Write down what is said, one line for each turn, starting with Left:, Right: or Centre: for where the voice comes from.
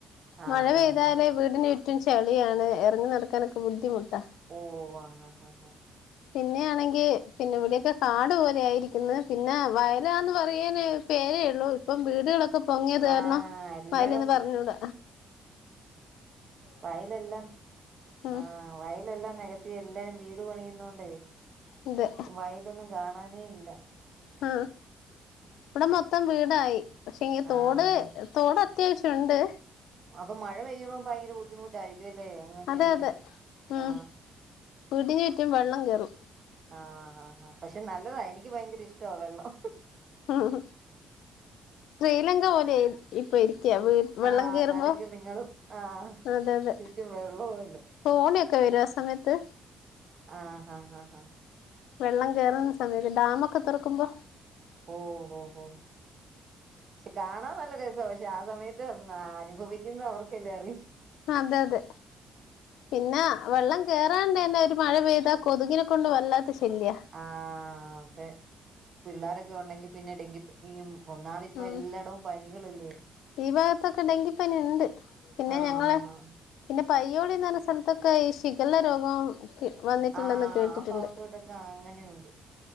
Right: ആഹ്
Left: മഴ പെയ്താ
Right: ആഹ് ആഹ്
Left: ല് വീടിന് ചുറ്റും ചെളിയാണ് എറങ്ങി നടക്കാനൊക്കെ ബുദ്ധിമുട്ട്
Right: ഓ ആഹ് ഓഹ് ആഹ് ആഹ് ആഹ്
Left: പിന്നാണെങ്കി പിന്നെ ഇവിടൊക്കെ കാട് പോലെ ആയിരിക്കുന്ന് പിന്നെ വയലാന്ന് പറയ് ന് പേരേയുള്ളൂ ഇപ്പം വീട് ലൊക്കെ ഒക്കെ പൊങ്ങിയ കാരണം
Right: ആഹ് എല്ലായിടവും
Left: പയ നൊ ന്ന് പറഞ്ഞൂട
Right: വയലെ എല്ലാം
Left: ഉം
Right: ആ വയല എല്ലാം നകത്തി എല്ല വീട് പണിയുന്നോണ്ട്
Left: അതെ
Right: വയലൊന്നും കാണാനേ ഇല്ല
Left: ആ ഇവിടെ മൊത്തം വീടായി പക്ഷെ ഇനി തോട്
Right: ആഹ് ആഹ്
Left: തോട അത്യാവശ്യംഉണ്ട്,
Right: അപ്പൊ മഴ പെയ്യ്മ്പൊ ഭയങ്കര ബുദ്ധിമുട്ടായിരിക്കും അല്ലേ അങ്ങനെ
Left: അതെ
Right: ചെളിയും
Left: അതെ ഉം
Right: ആ
Left: വീടിന്ചുറ്റും വെള്ളം കേറും
Right: ആഹ് ഹ ഹ പക്ഷെ നല്ലതാ എനിക്ക് ഭയങ്കര ഇഷ്ടമാ വെള്ളം
Left: ഉം ശ്രീലങ്ക പോലെയാ ഇപ്പ ഇ <unintelligible> വെള്ളം
Right: ആ
Left: കെറുമ്പോ
Right: നടുക്ക് നിങ്ങളും ആ
Left: അതെ അതെ
Right: ചുറ്റും വെള്ളവും അല്ലേ
Left: കോണി ക്കെ വരൊ സമയത്ത്
Right: ആ ആഹ് ആഹ്
Left: വെള്ളം കയറുന്ന സമയത്ത് ഡാമൊക്കെ തൊറക്കുമ്പോ
Right: ഓ ഓ ഓ പക്ഷെ കാണാൻ നല്ല രസാണ് പക്ഷെ ആ സമയത്ത് ആ അനുഭവിക്കുന്ന അവർക്കല്ലേ അറിയു
Left: അതെ അതെ പിന്നെ വെള്ളം കേറാണ്ടന്നെ ഒരു മഴ പെയ്താ കൊതുകിനെ കൊണ്ട് വല്ലാത്ത ശല്യ
Right: ആ അതെ പിള്ളാരൊക്കെ ഉണ്ടെങ്കി പിന്നെ ഡെങ്കിപ്പനിയും ഒന്നാമത് ഇപ്പൊ
Left: ഉം
Right: എല്ലാടോം പനികളല്ലേ
Left: ഈ ഭാഗത്തൊക്കെ ഡെങ്കിപ്പനി ഇണ്ട് പിന്നെ
Right: ആ
Left: ഞങ്ങളെ
Right: ആ
Left: പിന്നെ പയ്യോളീന്ന് പറഞ്ഞ സ്ഥലത്തൊക്കെ ഈ ഷിഗല്ല രോഗം <unintelligible>
Right: ആ
Left: കേട്ടിട്ടുണ്ട്
Right: ആ ഭാവത്തോട്ടൊക്കെ അങ്ങനെയുണ്ട്